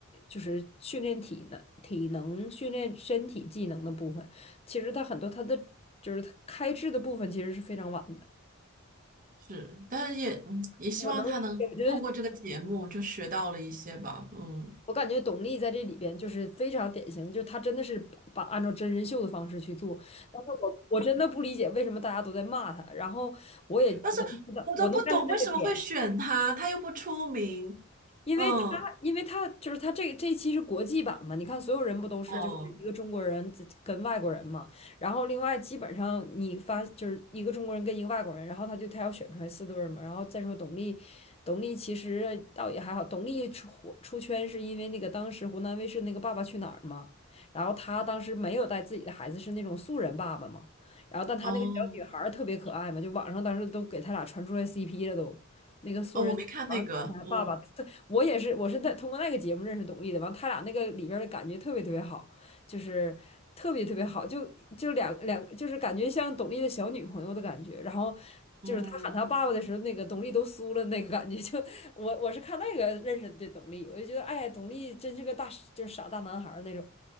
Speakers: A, on the left (about 30°); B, on the right (about 40°).
A: 就是训练体能、体能训练身体技能的部分，其实他很多他的。就是他开智的部分其实是非常晚的。
B: 是，但是也嗯也希望他能通过这个节目就学到了一些吧，
A: 我能理解，我觉得
B: 嗯，
A: 我感觉董力在这里边就是非常典型，就是她真的是把按照真人秀的方式去做。但是我我真的不理解为什么大家都在骂她，然后我也能知道，
B: 但是我都不懂为什么会选他，
A: 我能 get 那个点，
B: 他又不出名，
A: 因为他，
B: 嗯，
A: 因为他就是他这这一期是国际版嘛，你看所有人不都是就是一个中国人自跟外国人嘛，
B: 哦
A: 然后另外基本上你发就是一个中国人跟一个外国人，然后他就他要选出来四对儿嘛，然后再说董力，董力其实倒也还好，董力出火出圈是因为那个当时湖南卫视那个《爸爸去哪儿》嘛，然后他当时没有带自己的孩子，是那种素人爸爸嘛，然后但他那个小女孩儿特别可爱嘛，
B: 哦
A: 就网上当时都给他俩传出来 CP 了都，那个素人小女孩儿长得他爸爸特我也是，
B: 哦，我没看那个，哦
A: 我是在通过那个节目认识董丽的。完，他俩那个里边儿的感觉特别特别好，就是特别特别好，就就两两，就是感觉像董丽的小女朋友的感觉。然后就是他喊他爸爸的时候，
B: 哦。
A: 那个董丽都酥了，那个感觉就我我是看那个认识的董丽，我就觉得哎，董丽真是个大就是傻大男孩儿那种。